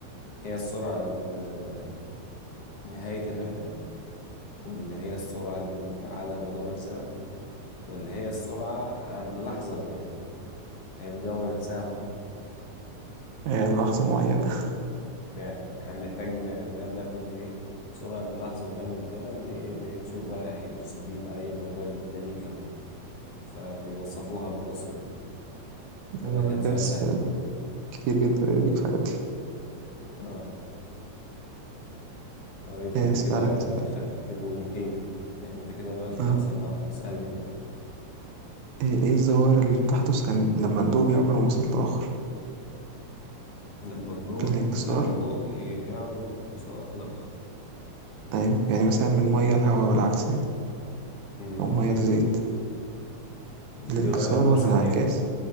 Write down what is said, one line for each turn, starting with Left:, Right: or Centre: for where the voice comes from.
Left: هي السرعة عند آه، نهاية الرحلة ولا هي السرعة ال- على مدار الزمن ولا هي السرعة عند لحظة معينة هي بتجوه نفسها اهو
Right: هي لحظة معينة <laughs>
Left: فعلا احنا بنحتاج ن- ن- ناخد ايه سرعة عند لحظة معينة من الزمن إيه، ن- نشوف بقى هيدرسوا بيه بقى ايه موضوع الديناميكا وكده فبيوصفوها بالوصف ده فده
Right: أيوة
Left: كان
Right: ما أنا دارس
Left: سؤال سهل
Right: آه، كتير جدا في الحاجات دي
Left: اه طيب انت
Right: آه، أسألك
Left: كده
Right: سؤال
Left: خدت بوينتين يعني انت كده دلوقتي خمسة
Right: آه.
Left: أربعة سألني بقى
Right: إيه إيه الظواهر اللي بتحدث عن لما الضوء بيعبر من وسط لآخر
Left: لما الدور
Right: الانكسار
Left: لما الضوء يعبر من مسار لآخر
Right: أيوة يعني مثلا من مية لهواء والعكس يعني
Left: مم.
Right: أو مية لزيت
Left: بيغير
Right: الانكسار
Left: الوسط
Right: والانعكاس
Left: يعني